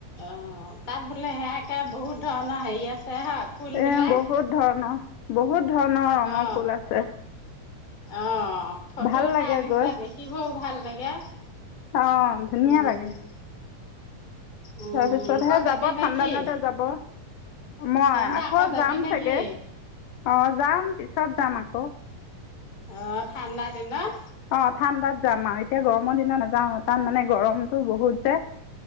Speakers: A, on the left (about 25°); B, on the left (about 80°).
A: অ' তাত বোলে সেয়াকে বহুত ধৰণৰ হেৰি আছে হয়, ফুল
B: এই
A: বিলাক।
B: বহুত ধৰণৰ, বহুত ধৰণৰ ৰঙৰ
A: অ
B: ফুল আছে।
A: অ' ফটো
B: ভাল
A: উঠাই
B: লাগে
A: আনিছে,
B: গৈ
A: দেখিবও ভাল লাগে।
B: অ' ধুনীয়া
A: উম
B: লাগে।
A: উম
B: তাৰপিছতহে
A: আকৌ
B: যাব,
A: যাবি
B: ঠাণ্ডা
A: নেকি
B: দিনতে যাব। মই
A: তহতে
B: আকৌ
A: যাবি
B: যাম
A: নেকি
B: চাগে, অ' যাম পিছত যাম আকৌ।
A: অ' ঠাণ্ডা দিনত।
B: অ' ঠাণ্ডাত যাম আও, এতিয়া গৰমৰ দিনত নাযাওঁ তাত মানে গৰমতো বহুত যে।